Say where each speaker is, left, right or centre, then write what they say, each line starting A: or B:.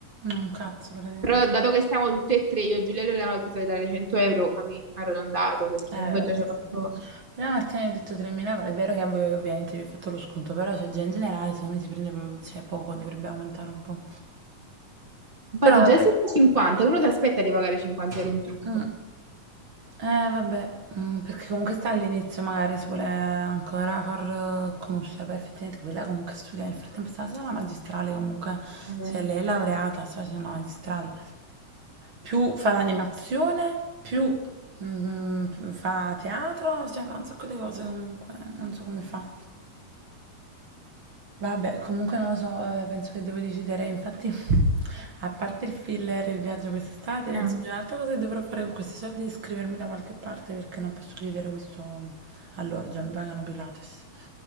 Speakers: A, on the right; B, on the right.
A: No, un cazzo praticamente.
B: Però dato che siamo tutte e tre, io e Giulia Loredana, ho pensato di dare 100 euro, capì? Arrotondato, perché
A: Eh,
B: comunque
A: vabbè,
B: già ci ho
A: sì.
B: fatto...
A: Quella Martina gli ho detto 3.000, è vero che a voi ovviamente vi ho fatto lo sconto, però cioè, già in generale secondo me si prende proprio, cioè, poco, dovrebbe aumentare un po'.
B: Infatti
A: Però vabbè,
B: già se sono 50, uno si aspetta di pagare 50 euro un trucco.
A: Mm. Eh, vabbè, mm, perché comunque sta all'inizio, magari si vuole ancora far eh, conoscere però effettivamente quella comunque studia, nel frattempo sta facendo la magistrale comunque,
B: Eh,
A: cioè lei è laureata, sta facendo la magistrale, più fa l'animazione, più mm, mm, fa teatro, cioè fa un sacco di cose comunque, non so come fa. Vabbè, comunque non lo so, eh, penso che devo decidere. Infatti, <laughs> a parte il filler e il viaggio quest'estate, penso
B: eh.
A: che un'altra cosa che dovrò fare con questi soldi è iscrivermi da qualche parte perché non posso chiedere questo all'orgia, mi pagano Pilates.